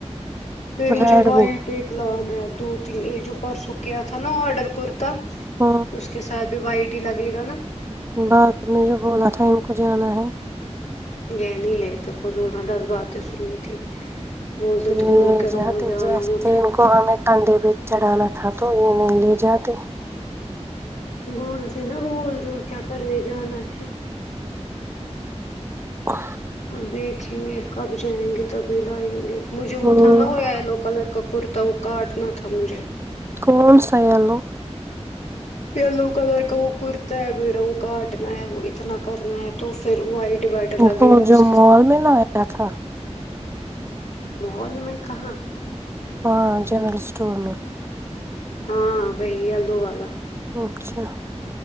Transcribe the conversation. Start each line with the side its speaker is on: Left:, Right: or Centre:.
Left: پ مجھے
Right: ریڈ
Left: وائٹ
Right: میں
Left: ایک لگانا ہے اب دو دو تین ایجو پرسوں کیا تھا نا آڈر کرورتا
Right: ہ
Left: اس کے ساتھ بھی وائٹ ٹی لگے گا نا
Right: بعد میں جو بولا تھا ان کو جانا ہے
Left: یہ نہیں لی تھ فضول میں دس باتیں سننی تھی بولتے
Right: لے
Left: تم لوگوں کے روز
Right: جاتے
Left: جانا
Right: جیسے
Left: ہوتا
Right: ان
Left: ہے
Right: کو ہمیں کندھے پ چڑھانا تھا تو یہ نہیں لے جاتے
Left: بولتے نا روز روز کیا کرنے جانا ہے
Right: ا <inaudible>
Left: اب دیکھیں گے کب جائیں گے تبھی لائیں گے مجھے
Right: ہ
Left: وہ تھا نہ ہویا یلو کلر کا کرتا وہ کاٹنا تھا مجھے
Right: فون سہلو <unintelligible>
Left: یلو کلر کا وہ کرتا ہے میرا وہ کاٹنا ہے وہ اتنا کرنا ہے تو پھر وائٹ ڈیوائڈر لگے
Right: تو
Left: گا
Right: جو
Left: اس کے
Right: مال میں لایا تھا
Left: مول میں کہاں
Right: ہاں جنرل اسٹور میں
Left: ہاں بی اللو والا
Right: اچھا